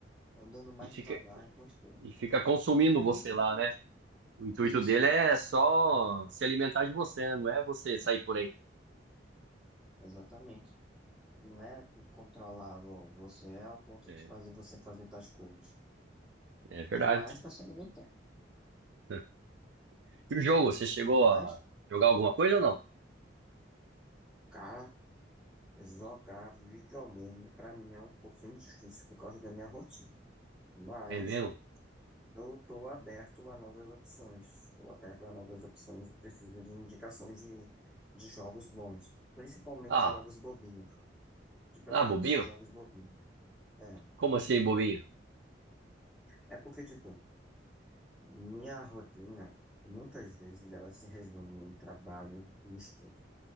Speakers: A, in the centre; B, on the right.
A: andando mais
B: E fica,
A: devagar. Então, tipo,
B: e fica consumindo
A: não faz
B: você
A: nem sentido.
B: lá, né? O intuito
A: Isso,
B: dele é só se alimentar de você, né? Não é você sair por aí.
A: exatamente. Não é controlar vo- você é ao ponto
B: É,
A: de fazer você fazer tais coisas.
B: é verdade.
A: É mais pra se alimentar.
B: <laughs> E o jogo, você chegou
A: Mas,
B: a jogar alguma coisa ou não?
A: cara. Jogar videogame para mim é um pouquinho difícil por causa da minha rotina, mas
B: É mesmo?
A: eu estou aberto a novas opções, estou aberto a novas opções e preciso de indicações de, de jogos bons, principalmente
B: Ah,
A: jogos bobinhos, de preferência
B: ah, bobinho?
A: jogos bobinhos. É,
B: Como assim, bobinho?
A: é porque, tipo, minha rotina muitas vezes ela se resume em trabalho e estudo.